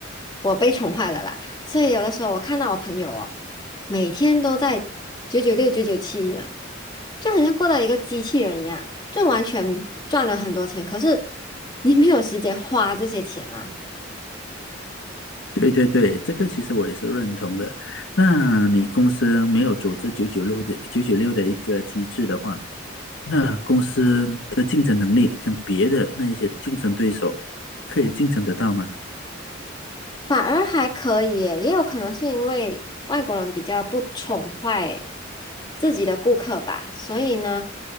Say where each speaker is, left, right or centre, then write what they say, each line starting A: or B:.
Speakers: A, on the left; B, on the left.
A: 我被宠坏了啦。所以有的时候我看到我朋友哦，每天都在九九六、九九七一样，就好像过了一个机器人一样，就完全赚了很多钱，可是你没有时间花这些钱啊。
B: 对对对，这个其实我也是认同的。那你公司没有组织九九六的九九六的一个机制的话，那公司的竞争能力跟别的那一些竞争对手可以竞争得到吗？
A: 反而还可以耶，也有可能是因为外国人比较不宠坏自己的顾客吧，所以呢，